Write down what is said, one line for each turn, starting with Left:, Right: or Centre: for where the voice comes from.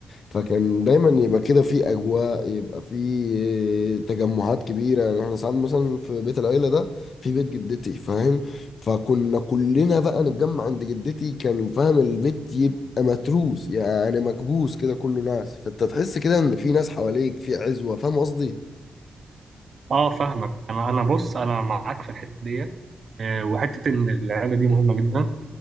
Left: فكان دايما يبقى كده في اجواء يبقى في تجمعات كبيره يعني احنا ساعات مثلا في بيت العيله ده في بيت جدتي فاهم فكنا كلنا بقى نتجمع عند جدتي كان فاهم البيت يبقى متروس يعني مكبوس كده كله ناس فانت تحس كده ان في ناس حواليك في عزوه فاهم قصدي
Right: اه فاهمك انا انا بص انا معاك في الحته دي آه، وحته ان العيله دي مهمه جدا